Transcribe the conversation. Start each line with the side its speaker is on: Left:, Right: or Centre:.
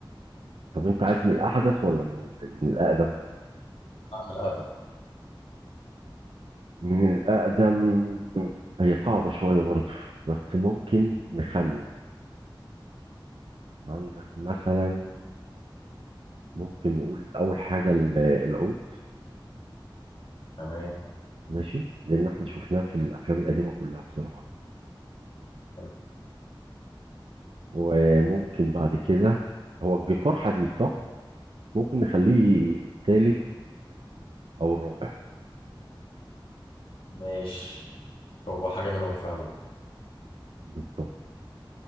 Right: طب انت عايز من الأحدث ولا من من الأقدم؟
Left: أعمل أقدم
Right: من الأقدم هي صعبة شوية برضه بس ممكن نخمن عندك مثلا ممكن نقول أول حاجة ال- العود
Left: تمام
Right: ماشي لأن احنا شفناه في الأفلام القديمة كلها بصراحة
Left: تمام
Right: وممكن بعد كده هو الجيتار حديث صح؟ ممكن نخليه التالت أو الرابع
Left: ماشي هو حاجة منهم فعلا
Right: بالظبط